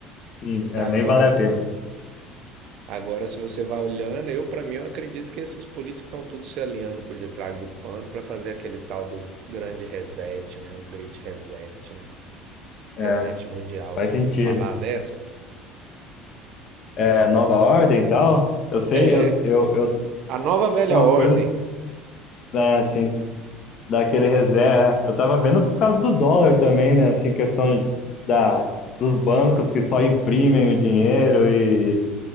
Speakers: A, on the left (about 50°); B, on the right (about 60°).
A: sim, é, nem
B: Agora,
A: vale a pena.
B: Agora, se você vai olhando, eu, para mim, eu acredito que esses políticos estão tudo se alinhando por detrás do pano para fazer aquele tal do grande reset, né? O Great Reset, né? Reset
A: É,
B: mundial.
A: faz
B: Você
A: sentido.
B: ouviu falar dessa?
A: É, nova ordem e tal, eu sei,
B: É
A: eu, eu, eu
B: a nova velha
A: umas
B: ordem.
A: coisas, né, assim, daquele reserva. é, Eu tava vendo por causa do dólar também, né? Assim, questão da, dos bancos que só imprimem o dinheiro e,